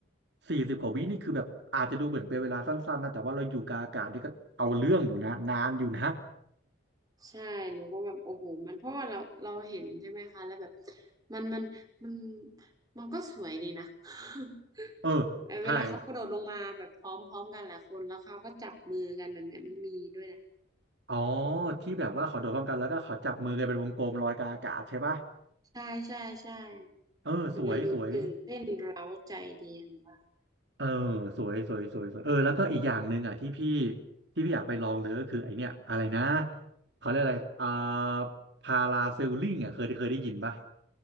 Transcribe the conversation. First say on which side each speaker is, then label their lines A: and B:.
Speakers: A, on the right; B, on the right.
A: สี่สิบกว่าวินี่คือแบบอาจจะดูเหมือนเป็นเวลาสั้นๆนะแต่ว่าเราอยู่กลางอากาศนี่ก็เอาเรื่องอยู่นะนานอยู่นะ
B: ใช่หนูก็แบบโอ้โหมันเพราะว่าเราเราเห็นใช่ไหมคะแล้วแบบมันมันมันมันก็สวยดีนะ <laughs>
A: เออใช่
B: แบบเวลาเขากระโดดลงมาแบบพร้อมพร้อมกันหลายคนแล้วเขาก็จับมือกันแบบเนี้ยมันมีด้วยนะ
A: อ๋อที่แบบว่าเขาโดดพร้อมกันแล้วก็เขาจับมือกันเป็นวงกลมลอยกลางอากาศใช่ปะ
B: ใช่ใช่ใช่
A: เออสวยสวย
B: แบบมันดูตื่นเต้นเร้าใจดียหนูว่า
A: เออสวยสวยสวยสวยเออแล้วก็อีกอย่างหนึ่งอ่ะที่พี่ที่พี่อยากไปลองเลยก็คือไอเนี้ยอะไรนะเขาเรียกอะไรอ่าพาราเซลลิงอ่ะเคยเคยได้ยินปะ